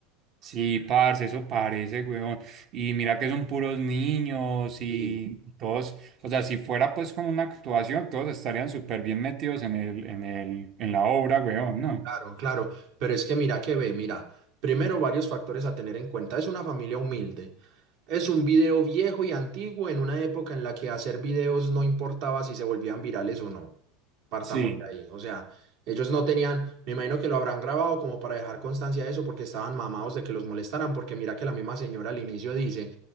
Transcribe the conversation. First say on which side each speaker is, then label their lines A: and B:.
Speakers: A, on the right; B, on the right.
A: Sí, parce, eso parece, weón. Y mira que son puros niños y
B: Sí.
A: todos, o sea, si fuera pues como una actuación, todos estarían súper bien metidos en el, en el, en la obra, weón, ¿no?
B: Claro, claro, pero es que mira que ve, mira, primero varios factores a tener en cuenta. Es una familia humilde. Es un video viejo y antiguo en una época en la que hacer videos no importaba si se volvían virales o no. Partamos
A: Sí,
B: de ahí. O sea, ellos no tenían, me imagino que lo habrán grabado como para dejar constancia de eso porque estaban mamados de que los molestaran, porque mira que la misma señora al inicio dice,